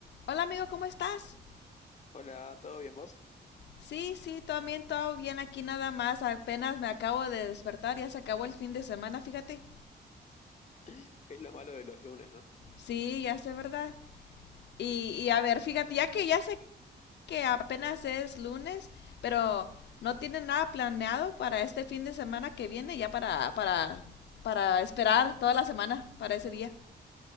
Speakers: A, on the left; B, on the left.
A: Hola amigo, ¿cómo estás?
B: Hola, ¿todo bien vos?
A: Sí, sí, también todo bien aquí nada más. Apenas me acabo de despertar, ya se acabó el fin de semana, fíjate.
B: <laughs> Es lo malo de los lunes, ¿no?
A: Sí, ya sé, ¿verdad? Y, y a ver, fíjate, ya que ya sé que apenas es lunes, pero no tienen nada planeado para este fin de semana que viene, ya para, para, para esperar toda la semana para ese día.